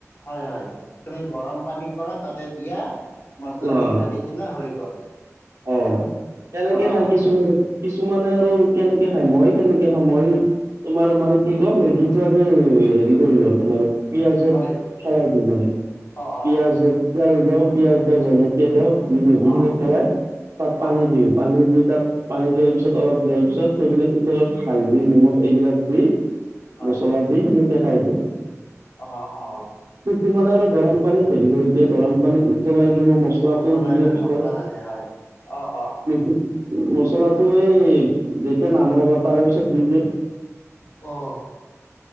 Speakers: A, on the left; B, on the right.
A: হয়, হয়, তুমি গৰম পানী কৰা তাতে দিয়া মছলা
B: অ
A: খিনি ঢালি দিলা হৈ গ'ল।
B: অ, সেণেকে
A: অঁ
B: খাই কিছোমানে কিছুমানে আৰু কেনেকে খায় মই কেনেকে খাওঁ মই তোমাৰ মানে কি ক মেগিটো আগে হেৰি কৰিল তোমাৰ, পিয়াজত
A: বইল
B: <inaudible> মানে।
A: অঁ
B: পিয়য়াজ
A: অঁ
B: তেল দি পিয়াজ দ জলকীয়া দি দি মেগিখিনি
A: অঁ
B: পেলাই তাত পানী
A: অঁ
B: দিওঁ পানী দি তাত পানী দিয়াৰ পিছত অলপ দিয়াৰ পিছত সেইবিলাক উতলত হালধি নিমখ এইবিলাক দি,
A: হয়
B: মছলা দি শেনেকে খাই দিওঁ।
A: অ, অ।
B: কিছুমানে আৰু গৰম পানী হেৰি কৰি দিয়ে গৰম পানীত উতলাই কিনেো মছলাটো
A: উতলাই
B: দি দিয়ে
A: লৈ
B: পিছত।
A: <inaudible> হয়। অঁ অঁ
B: <inaudible> মচলাটো এই যেতিয়া নামব হব তাৰে পিছত দি দিয়ে।
A: অ,